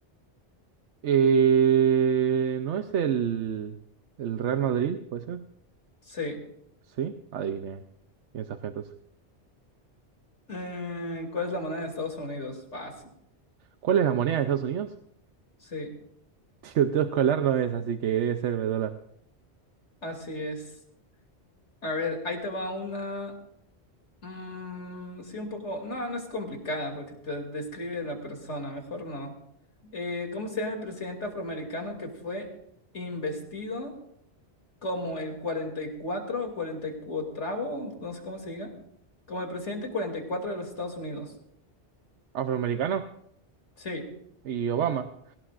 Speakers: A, on the right; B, on the left.
A: Eh, ¿no es el, el Real Madrid, puede ser?
B: Sí.
A: Sí, adiviné. Piensa fe entonces.
B: Eh, ¿cuál es la moneda de Estados Unidos? Fácil.
A: ¿Cuál es la moneda de Estados Unidos?
B: Sí,
A: <laughs> Tiroteo escolar no es, así que debe ser el dólar.
B: así es. A ver, ahí te va una. mm, sí, un poco. No, no es complicada porque te describe la persona, mejor no. Eh, ¿cómo se llama el presidente afroamericano que fue investido como el 44 o 44avo? No sé cómo se diga. Como el presidente 44 de los Estados Unidos.
A: ¿Afroamericano?
B: Sí,
A: ¿Y Obama?